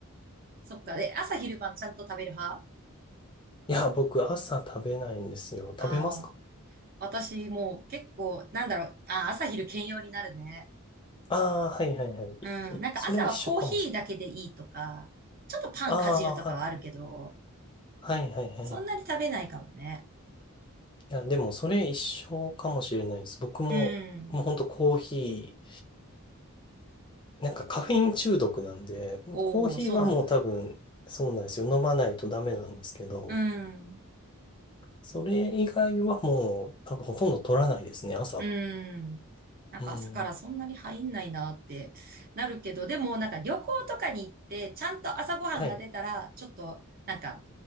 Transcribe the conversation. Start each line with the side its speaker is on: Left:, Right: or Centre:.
Right: そっか。で、朝昼晩ちゃんと食べる派
Left: いや、僕朝食べないんですよ。
Right: ああー、
Left: 食べますか
Right: 私もう結構、なんだろう。ああ、朝昼兼用になるね。
Left: ああはいはいは
Right: うん。
Left: い。いそれ一緒かもしれない。
Right: なんか朝はコーヒーだけでいいとか、ちょっとパンかじるとかはあるけど、
Left: ああ、はいはいはい。
Right: そんなに食べないかもね。
Left: いや、でもそれ一緒かもしれないです。僕も、
Right: うん。
Left: もうほんとコーヒー、なんかカフェイン中毒なんで、
Right: おおそうなんだ。
Left: コーヒーはもう多分、そうなんですよ。飲まないとダメなんですけど、
Right: うん。
Left: それ以外はもう多分ほとんど取らないですね、朝は。
Right: うん。なんか朝からそんなに入んないなってなるけど、
Left: うん。
Right: でもなんか旅行とかに行って、ちゃんと朝ごはんが出たら、
Left: はい。
Right: ちょっとなんか